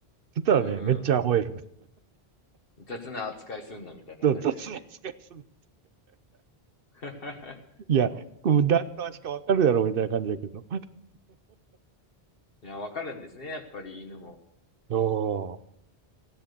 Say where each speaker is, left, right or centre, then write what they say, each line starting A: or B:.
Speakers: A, on the right; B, on the left.
A: そしたらね、
B: う
A: めっちゃ吠える。
B: ん。雑な扱いすんなみたいな感じですね。
A: そう雑な扱いする。
B: <laughs>
A: いや、こう誰の足かわかるやろ、みたいな感じだけど。
B: いや、わかるんですね、やっぱり犬も。
A: そ